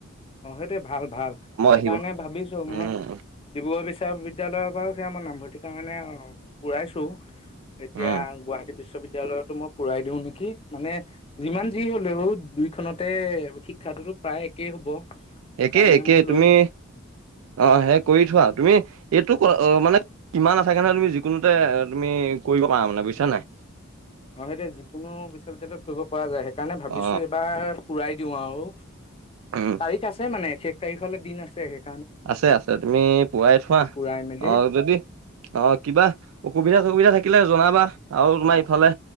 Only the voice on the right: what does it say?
আহিব
উম
উম
একেই একে
তুমি
অ সেই কৰি থোৱা তুমি এই মানে কিমান আছোক কাৰণহ তুমি যিকোনোতে তুমি কৰিব পাৰা মানে বুজছা নাই
অ
উম
আছে আছে তুমি পোৱাই থোৱা
অ যদি অ কিবা অসুবিধা সুবিধা থাকিলে জনাবা আৰু তোমাৰ ইফালে